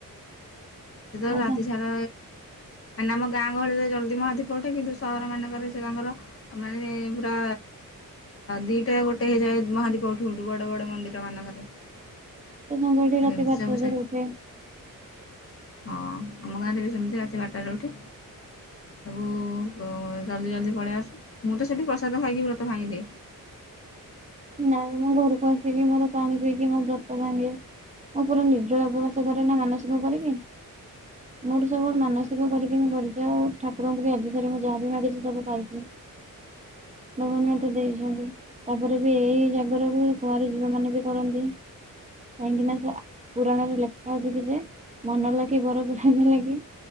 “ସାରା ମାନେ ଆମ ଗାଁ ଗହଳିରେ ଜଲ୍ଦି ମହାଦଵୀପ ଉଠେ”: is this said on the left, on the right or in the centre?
Left